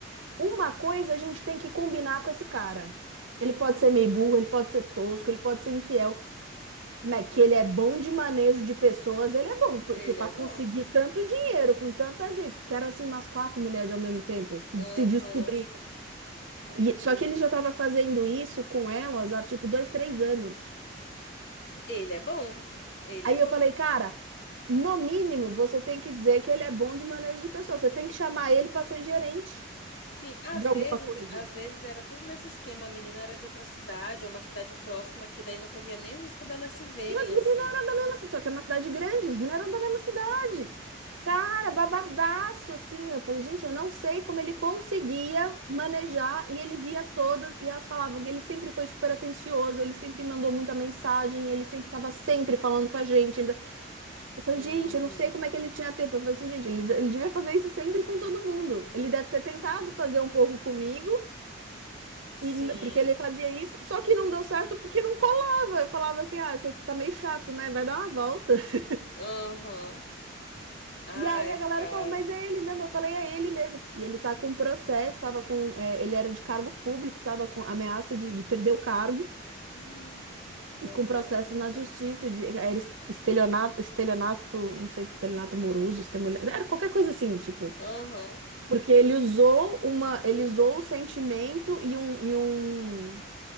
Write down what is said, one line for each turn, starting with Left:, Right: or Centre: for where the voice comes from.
Right: uma coisa a gente tem que combinar com esse cara. Ele pode ser meio burro, ele pode ser tosco, ele pode ser infiel, mas que ele é bom de manejo de pessoas, ele é bom, porque
Left: Ele
Right: para
Left: é bom.
Right: conseguir tanto dinheiro com tanta gente, porque eram assim umas quatro mulheres ao mesmo tempo que
Left: Aham.
Right: se descobriram.
Left: Meu
Right: E,
Left: Deus.
Right: só que ele já estava fazendo isso com elas há tipo dois, três anos.
Left: Ele é bom. Ele
Right: Aí
Left: é bom.
Right: eu falei, cara, no mínimo você tem que dizer que ele é bom de manejo de pessoas. Você tem que chamar ele para ser gerente
Left: Sim, às
Right: de alguma
Left: vezes,
Right: coisa.
Left: às vezes era tudo nesse esquema. A menina era de outra cidade, ou uma cidade próxima, que daí não corria nem o risco delas se verem
Right: As meninas
Left: assim.
Right: eram da mesma cidade, só que é uma cidade grande, as meninas eram da mesma cidade. Cara, babadaço assim. Eu falei, gente, eu não sei como ele conseguia manejar e ele via todas e elas falavam que ele sempre foi super atencioso, ele sempre mandou muita mensagem, ele sempre estava sempre falando com a gente. ele- Eu falei,
Left: Uhum.
Right: gente, eu não sei como é que ele tinha tempo. Eu falei assim, gente, ele, ele devia fazer isso sempre com todo mundo. Ele deve ter tentado fazer um pouco comigo,
Left: Sim.
Right: e n- porque ele fazia isso, só que não deu certo porque não colava. Eu falava assim, ah, você tá meio chato, né? Vai dar uma volta. <laughs>
Left: Aham. Ai,
Right: E aí a galera
Left: cara.
Right: falou, mas é
Left: <gasps>
Right: ele mesmo. Eu falei, é ele mesmo. E ele tá com um processo, tava com, é, ele era de cargo público, tava com ameaça de, de perder o cargo.
Left: Hum, Que babado.
Right: E com processos na justiça, de, era estelionato, estelionato, não sei, estelionato amoroso, estelionato, era qualquer coisa assim, tipo,
Left: Aham.
Right: Porque ele usou uma, ele usou o sentimento e um, e um...